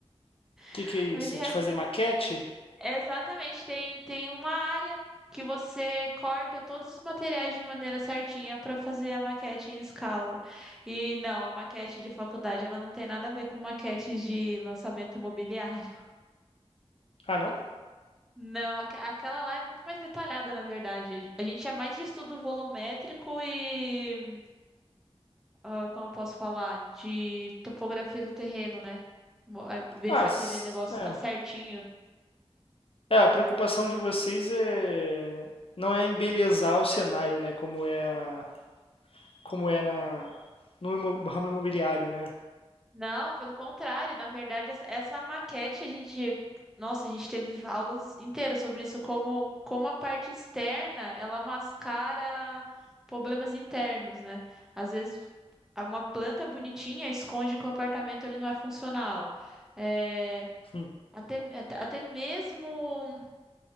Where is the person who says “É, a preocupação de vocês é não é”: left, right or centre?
Left